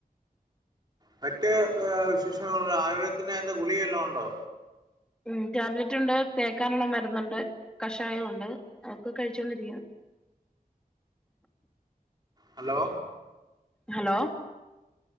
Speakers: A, on the right; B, in the centre.
A: മറ്റ് വിശേഷങ്ങള ആയുർവേദത്തിന് എന്താ ഗുളികല്ലോ ഒണ്ടോ
B: ഉം ടാബ്ലറ്റ് ഉണ്ട് തേക്കാനുള്ള മരുന്നുണ്ട് കഷായം ഉണ്ട് അതൊക്കെ കഴിച്ചോണ്ടിരിക്ക് ന്ന്
A: ഹലോ
B: ഹലോ